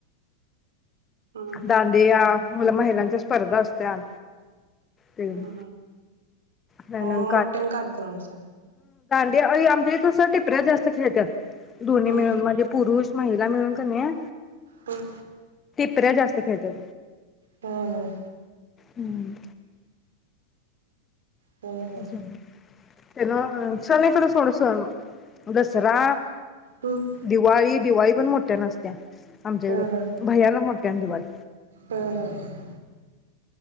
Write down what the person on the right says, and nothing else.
हं हं
हम् हम
म मोठ्याने कार्यक्रम असन
हं
हं
होय.
हम हम
हं हं
हं
हं
हं हं हं